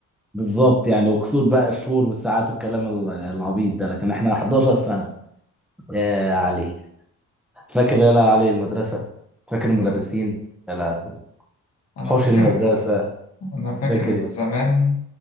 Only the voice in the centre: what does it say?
بالظبط يعني وكسور بقى الشهور والساعات والكلام ال- العبيط ده لكن احنا 11 سنه يا علي فاكر يا علي المدرسه فاكر المدرسين
يا لهوي.
حوش
المدرسه
فاكر إيه؟